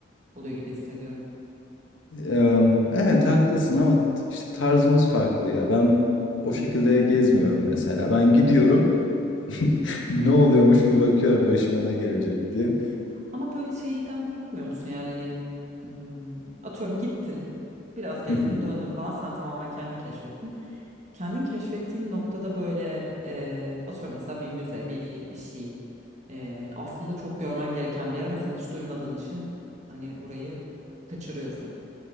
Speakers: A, on the right (about 40°); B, on the left (about 80°).
A: oluyor gibi hissediyorum.
B: Ee, Evet haklısın ama işte tarzımız farklı ya. Ben o şekilde gezmiyorum mesela. Ben gidiyorum. <laughs> Ne oluyormuş bir bakıyorum başıma ne gelecek diye.
A: Ama böyle şeyden korkmuyor musun yani hani hmm, atıyorum gittin biraz gezdin
B: Hı hı.
A: döndün falan sen tamamen kendin keşfettin. Kendin keşfettiğin noktada böyle e, atıyorum mesela bir müze bir, bir şey e, aslında çok görmen gereken bir yer ama sen hiç duymadığın için hani orayı kaçırıyorsun.